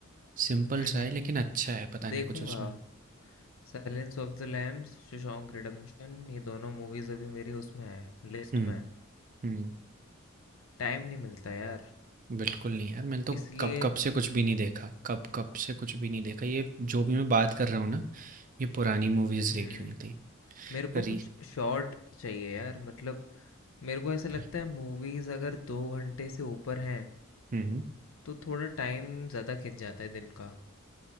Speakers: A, on the right; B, on the left.
A: सिंपल
B: हम्म
A: सा
B: हम्म
A: है लेकिन अच्छा है पता
B: देखूंगा
A: नहीं कुछ उसमें
B: Silence of the Lambs Shawshank Redemption ये दोनों मूवीज अभी मेरी उसमें है लिस्ट
A: हम्म
B: में है
A: हम्म
B: टाइम नहीं मिलता यार
A: बिल्कुल नहीं यार मैंने तो
B: इसलिए
A: कब कब से कुछ भी नहीं देखा कब कब से कुछ भी नहीं देखा ये जो भी मैं बात कर रहा हूँ ना ये पुरानी मूवीज
B: हम्म
A: देखी हुई थी
B: मेरे को
A: री
B: कुछ शॉर्ट चाहिए यार मतलब मेरे को ऐसा लगता
A: भाई
B: है मूवीज अगर दो घंटे से ऊपर हैं
A: हम्म
B: तो थोड़ा टाइम ज़्यादा खिंच जाता है दिन का